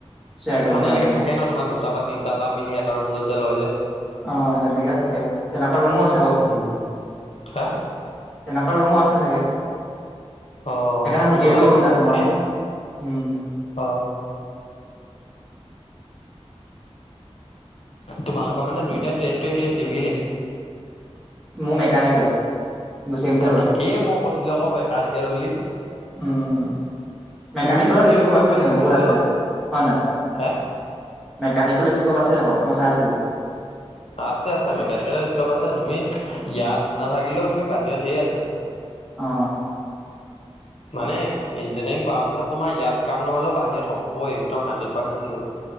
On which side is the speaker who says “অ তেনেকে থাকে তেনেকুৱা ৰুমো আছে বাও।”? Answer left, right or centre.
Centre